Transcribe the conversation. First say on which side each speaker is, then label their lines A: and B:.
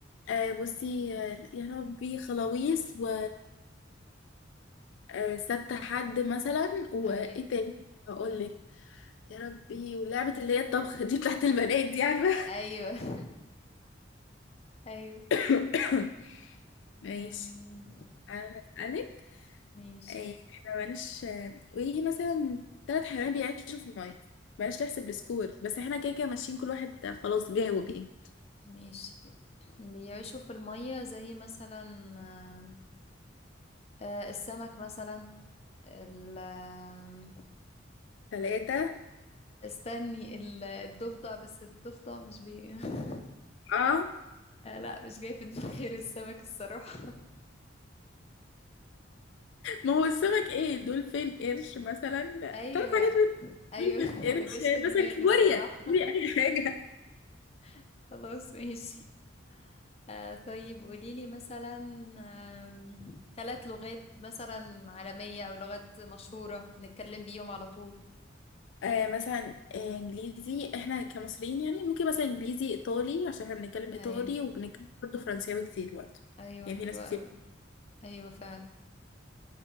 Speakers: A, on the left (about 70°); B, on the left (about 30°).
A: آه بصي آه، يا ربي خلاويص و آه، سبت حد مثلا وايه
B: أيوه
A: تاني هقول لك يا ربي ولعبة اللي هي الطبخ دي بتاعت البنات دي عارفة
B: أيوه <laughs> أيوه
A: <coughs> ماشي
B: أم...
A: انا اسألك
B: ماشي
A: إيه، احنا مالناش آه، وايه مثلا ثلاث حيوانات بيعيشوا في المية بلاش تحسب السكور بس احنا كده كده ماشيين كل واحد آه، خلاص جاوب ايه
B: ماشي بيعيشوا في المية زي مثلا آم، آه، السمك مثلا ال آم،
A: ثلاثة
B: استني ال- الضفدع بس الضفدع مش بي <laughs>
A: اه
B: آه لا مش جاي في دماغي غير السمك الصراحة <laughs>
A: ما هو السمك ايه دولفين قرش مثلا
B: ايوه
A: ثلاث حاجات بس.
B: ايوه
A: دولفين
B: <laughs>
A: قرش
B: ما جاش في دماغي
A: مثلا كابوريا
B: الصراحة
A: دي اي حاجة
B: <laughs> خلاص ماشي آه طيب قوليلي مثلا آم، ثلاث لغات مثلا عالمية او لغات مشهورة نتكلم بيهم على طول
A: آه مثلا آه، انجليزي احنا كمصريين يعني ممكن مثلا انجليزي ايطالي عشان احنا بنتكلم
B: ايوه
A: ايطالي وبنتكلم برضه فرنساوي كتير برضه
B: ايوه
A: يعني
B: حلوة
A: في ناس كتير
B: قوي ايوه فعلا